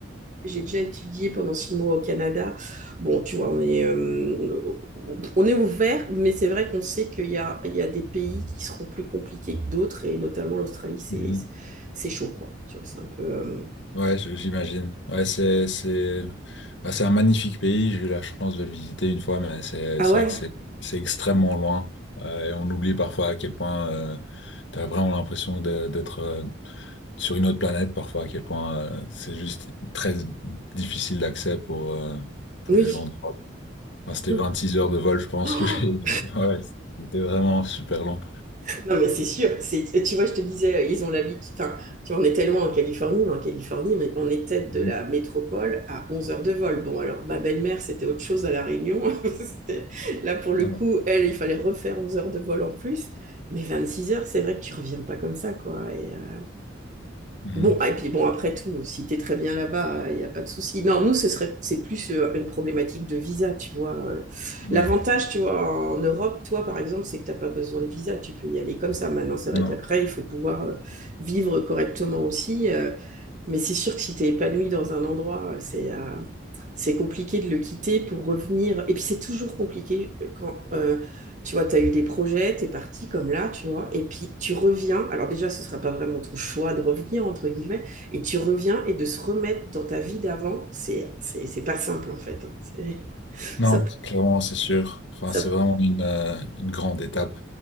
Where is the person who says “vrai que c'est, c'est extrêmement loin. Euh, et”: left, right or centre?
Left